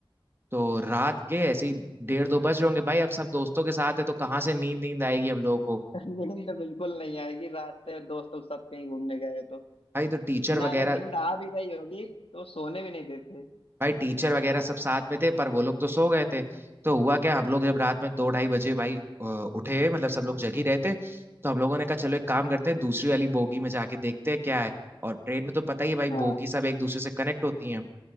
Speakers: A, on the right; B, on the left.
A: तो रात के ऐसे ही डेढ़ दो बज रहे होंगे भाई अब सब दोस्तों के साथ है तो कहाँ से नींद नींद आएगी हम लोगों को
B: नींद बिल्कुल नहीं आएगी रास्ते में दोस्तों के साथ कहीं घूमने गए हो तो
A: भाई तो टीचर
B: ना
A: वगैरह
B: अगर नींद आ भी रही होगी तो सोने भी नहीं देते
A: भाई टीचर वगैरह सब साथ में थे पर वो लोग तो सो गए थे तो हुआ क्या हम लोग जब रात में दो ढाई बजे भाई अ, उठे मतलब सब लोग जग ही रहे थे तो हम लोगों ने कहा चलो एक काम करते हैं दूसरी वाली बोगी में जाके देखते हैं क्या है और ट्रेन में तो पता ही है भाई
B: हाँ
A: बोगी सब एक दूसरे से कनेक्ट होती हैं